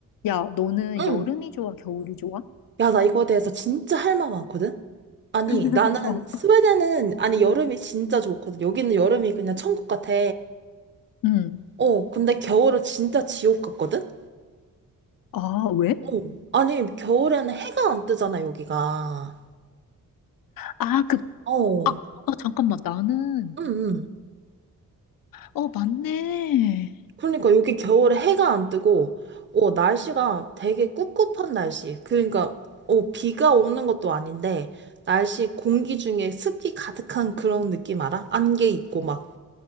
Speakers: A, on the left; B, on the right.
A: 야, 너는
B: 응.
A: 여름이 좋아, 겨울이 좋아?
B: 야, 나 이거에 대해서 진짜 할 말 많거든? 아니,
A: <laughs>
B: 나는
A: 어,
B: 스웨덴은, 아니, 여름이 진짜 좋거든. 여기는 여름이 그냥 천국 같아.
A: 응.
B: 어, 근데 겨울은 진짜 지옥 같거든?
A: 아, 왜?
B: 어. 아니, 겨울에는 해가 안 뜨잖아, 여기가.
A: 아, 그,
B: 어.
A: 어, 잠깐만, 나는,
B: 응, 응.
A: 어, 맞네.
B: 그러니까 여기 겨울에 해가 안 뜨고, 어, 날씨가 되게 꿉꿉한 날씨. 그러니까, 어, 비가 오는 것도 아닌데, 날씨 공기 중에 습기 가득한 그런 느낌 알아? 안개 있고 막.